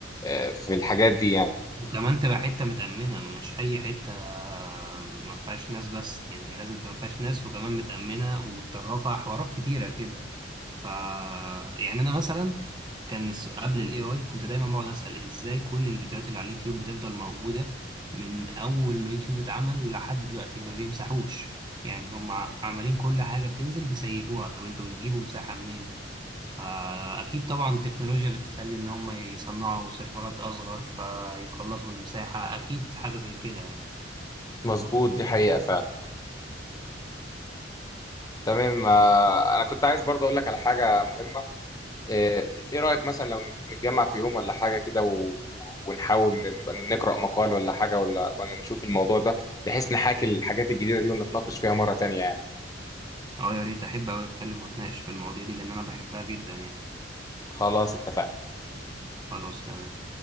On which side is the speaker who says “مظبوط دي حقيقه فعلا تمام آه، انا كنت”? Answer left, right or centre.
Left